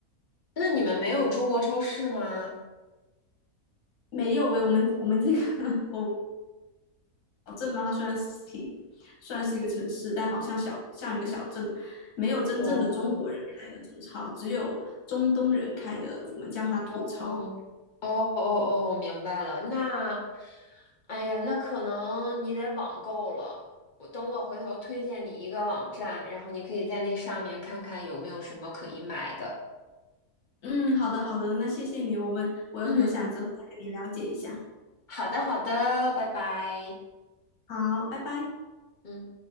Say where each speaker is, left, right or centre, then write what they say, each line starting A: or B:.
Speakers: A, on the left; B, on the left.
A: 那你们没有中国超市吗？
B: 没有喂，我们我们这个 <laughs> 我镇嘛，它虽然是算是一个城市，但好像小像一个小镇，没有真正的中国人开的中超，
A: 哦，
B: 只有中东人开的，我们叫它土超。
A: 哦哦哦哦，明白了。那，哎呀，那可能你得网购了。我等我回头推荐你一个网站，然后你可以在那上面看看有没有什么可以买的。
B: 嗯，好的好的，那谢谢你，我们我很想之后再跟你了解一下。
A: 嗯，好的好的，拜拜。
B: 好，拜拜。
A: 嗯。